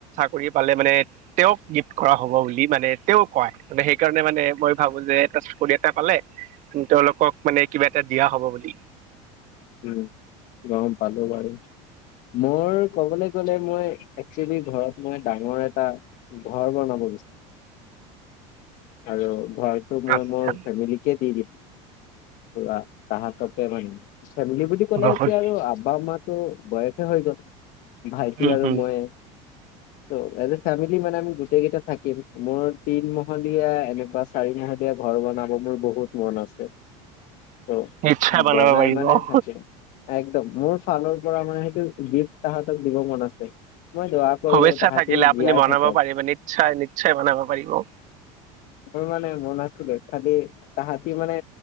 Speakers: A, on the right; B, on the left.
A: কৰি পালে মানে তেওঁক গিফ্ট কৰা হ'ব বুলি মানে তেওঁ কয় মানে সেইকাৰণে মানে মই ভাবোঁ যে এটা চাকৰি এটা পালে তেওঁলোকক মানে কিবা এটা দিয়া হব বুলি।
B: উম, গম পালো বাৰু। মোৰ কবলৈ গলে মই একচেলি ঘৰত মই ডাঙৰ এটা ঘৰ বনাব আৰু <inaudible> ঘৰটো মই
A: আচ্ছা
B: মোৰ ফেমিলিকে দি দিম, পুৰা তাহাককে মানে। ফেমিলি বুলি ক'লে
A: বহুত
B: এতিয়া আৰু আব্বা মাতো বয়সে হৈ গ'ল। ভাইটি
A: উম
B: আৰু
A: হম
B: মইে ত' এজ ফেমিলি মানে আমি গোটেই কেইটা থাকিম মোৰ তিনমলীয়া এনেকুৱা চাৰি মাহলীয়া ঘৰ বনাব মোৰ বহুত মন আছে। ত'
A: নিশ্চয় বনাব
B: বনাই
A: পাৰিব।
B: মানে একদম মোৰ ফালৰ পৰা মানে সেইটো গিফ্ট তাহাঁতক দিব মন আছে। মই দোৱা কৰো
A: ভৱিষ্য
B: তাহাঁতি
A: থাকিলে আপুনি
B: জীয়াই
A: বনাব
B: থাকক
A: পাৰিব নিশ্চয়, নিশ্চয় বনাব পাৰিব।
B: মোৰ মানে মন আছিলে, খালি তাহাঁতি মানে